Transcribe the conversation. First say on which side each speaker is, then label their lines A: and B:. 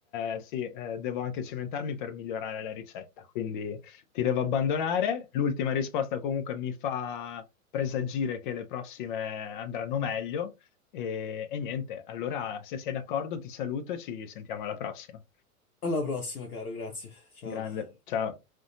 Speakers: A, on the left (about 35°); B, on the left (about 80°).
A: eh, sì, eh, devo anche cimentarmi per migliorare la ricetta, quindi ti devo abbandonare. L'ultima risposta comunque mi fa presagire che le prossime andranno meglio. E, e niente, allora se sei d'accordo ti saluto e ci sentiamo alla prossima.
B: Alla prossima, caro, grazie. Ciao.
A: Grande, ciao.